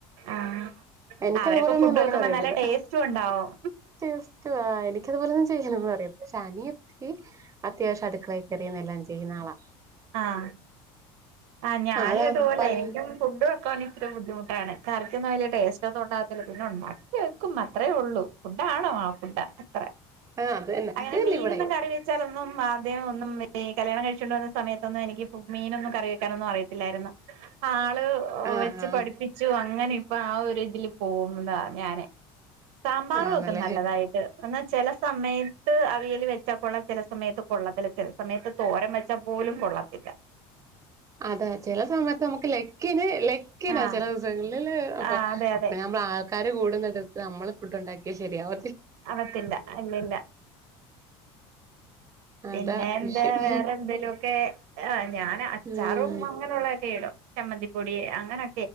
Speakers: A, on the right; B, on the right.
A: ആഹ്
B: എനിക്ക
A: അവരൊക്കെ
B: അതുപോലെ ഒന്നും
A: ഫുഡ്
B: ഉണ്ടാക്കാൻ
A: വെക്കുമ്പോ
B: അറിയൊന്നുല്ല
A: നല്ല ടേസ്റ്റും ഉണ്ടാവും
B: ചസ്റ്റ് ആ എനിക്ക്ത്പൊലെൻ ചെയ്യനൊന്ന്അറിയത്തി പക്ഷെ അ നിയത്തിക് അത്യാവശ്യം അടുക്കള കറിയുന്നെല്ലാം ചെയ്യുന്ന ആളാ
A: ആഹ് ആ ഞാനും
B: അതാ
A: ഇതുപോലെ
B: പൺ
A: എനിക്ക ഫുഡ് പണി ച്ട്ട് ബുദ്ധിമുട്ടാണ് കറിക്കൊന്നും വലിയ ടേസ്റ്റ് ഒന്നും ഉണ്ടാകത്തില്ല പിന്നെ ഉണ്ടാക്കി വെക്കും അത്രേ ഉള്ളൂ ഫുഡ ആണോ ആ ഫുഡ് അത്ര
B: ആഹ് അത് തന്നെ
A: അങ്ങനെ
B: അത് തന്നെ
A: മീനും
B: ഇവിടെയും
A: തൊക്കെ അറിവെച്ചാലൊ ന്നും ആദ്യം ഒന്നും ഈ കല്യാണം കഴിച്ചിണ്ടോന്ന സമയത്തൊന്നും എനിക്ക് മീനൊന്നും കറി വെക്കാനൊന്നും അറിയല്ലായിരുന്നു തെള് ഓ
B: ആഹ്
A: വെച്ച്
B: ആഹ്
A: പഠിപ്പിച്ചു അങ്ങനെ ഇപ്പൊ ആ ഒരു ഇതിൽ പോകുന്നത ഞാന് സാമ്പാറും
B: ആണല്ലേ
A: ഒക്കെ നല്ലതായിട്ട് എന്നാ ചില സമയത്ത് അവിയൽ വെച്ചാൽ കൊള്ള ചില സമയത്ത് കൊള്ളത്തില്ല ചില സമയത്ത് തോരം വെച്ചാ പോലും കൊള്ളത്തില്ല
B: അതെ ചില സമയത്ത് നമ്മക്ക് ലക്കിന് ലക്കിനാ
A: ആഹ്
B: ചില ദിവസങ്ങളില് അപ്പൊ
A: ആഹ് അതെ അതെ
B: അപ്പമ്മ ആ ക്കാര് കൂടുന്നടടുത്ത് നമ്മള് ഫു്ണ്ടാക്കിയ ശരിയാവ
A: അവത്തില്ല ഇല്ലല്ല പിന്നെ
B: അതാ
A: എന്താ
B: വിഷയം
A: വേറെ എന്തേലു ഒക്കെ ആ ഞാൻ അച്ചാറും
B: ഉം
A: അങ്ങനെയുള്ളൊക്കെ ഇടും ചമ്മന്തിപ്പൊടി അങ്ങനെ